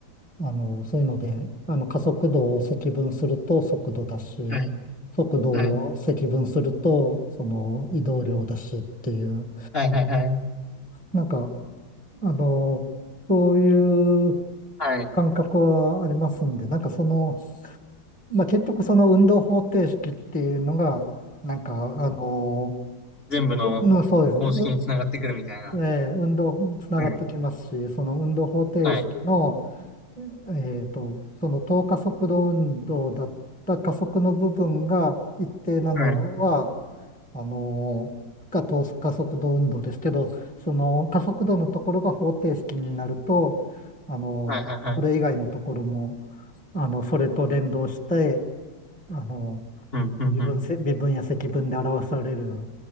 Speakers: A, in the centre; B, on the left.
A: あの、そういうので、あの、加速度を積分すると速度だし、
B: はい。
A: 速度を積分すると、
B: はい。
A: その移動量だしっていう、
B: はいはいはい。
A: なんか、あの、そういう
B: はい。
A: 感覚はありますんで、なんかその、まあ、結局その運動方程式っていうのが、なんか、あの、
B: 全部の公式につながってくるみたいな。
A: うん、そうですね、うええ運動つながってきますし、
B: はい。
A: その運動方程式の、
B: はい。
A: えっと、その等加速度運動だった加速の部分が一定なのは、
B: はい。
A: あのが等加速度運動ですけど、その加速度のところが方程式になると、あのこれ以外のところも、
B: はいはいはい。
A: あの、それと連動して、あの
B: うん、うん、
A: 微分せ、
B: うん。
A: 微分や積分で表される